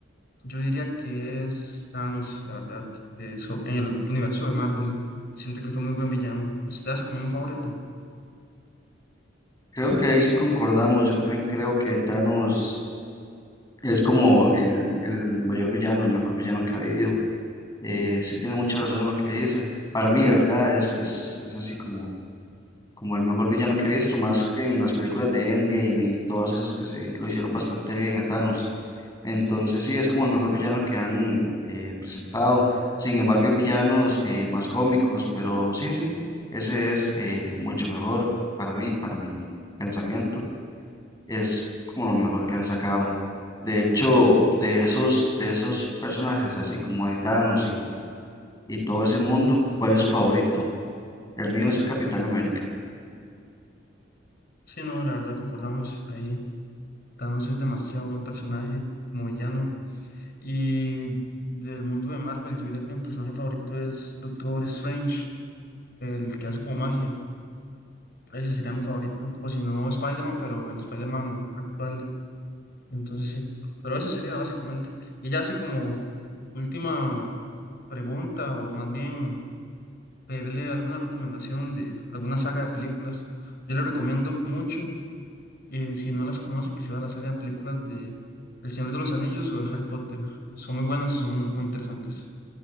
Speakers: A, on the left; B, on the left.
A: yo diría que es Thanos, la verdad, eh, so- en el universo de Marvel. Siento que fue muy buen villano. ¿Usted te hace como un favorito?
B: Creo que ahí sí concordamos. Yo también creo que Thanos es como el, el mayor villano, el mejor villano que ha habido. Eh, sí tiene mucha razón en lo que dice. Para mí, ¿verdad? Es, es, es así como, como el mejor villano que he visto, más que en las películas de Endgame y todas esas que se lo hicieron bastante bien a Thanos. Entonces sí, es como el mejor villano que han eh, presentado. Sin embargo, hay villanos eh, más cómicos, pero sí, sí, ese es eh, mucho mejor para mí, para mi pensamiento. Es como lo mejor que han sacado. De hecho, de esos, de esos personajes, así como de Thanos y y todo ese mundo. ¿Cuál es su favorito? El mío es el Capitán América.
A: Sí, no, la verdad concordamos ahí. Thanos es demasiado buen personaje como villano. Y del mundo de Marvel, yo diría que mi personaje favorito es Doctor Strange, el que hace como magia. Ese sería mi favorito. O si no, Spider-Man, pero el Spider-Man actual. Entonces sí. Pero eso sería básicamente. Y ya así como última pregunta, o más bien pedirle alguna recomendación de alguna saga de películas. Yo le recomiendo mucho, eh, si no las conoce, que se vea la saga de películas de El Señor de los Anillos o de Harry Potter. Son muy buenas y son muy interesantes.